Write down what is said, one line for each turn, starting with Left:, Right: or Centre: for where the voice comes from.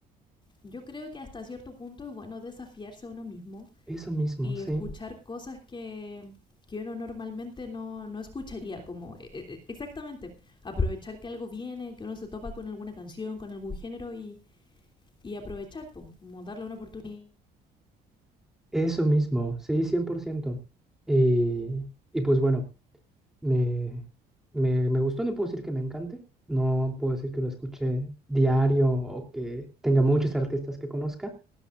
Left: yo creo que hasta cierto punto es bueno desafiarse a uno mismo
Centre: eso mismo,
Left: y
Centre: sí.
Left: escuchar cosas que, que uno normalmente no, no escucharía, como eh, eh, exactamente, aprovechar que algo viene, que uno se topa con alguna canción, con algún género y, y aprovechar, po, como darle una oportunidad
Centre: Eso mismo, sí, 100%. Y, y pues bueno, me, me, me gustó, no puedo decir que me encante, no puedo decir que lo escuché diario o que tenga muchos artistas que conozca,